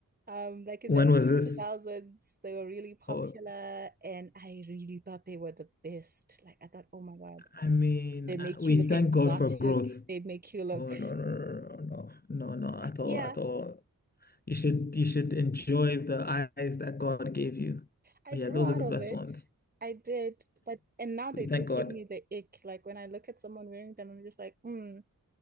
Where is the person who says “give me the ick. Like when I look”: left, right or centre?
Right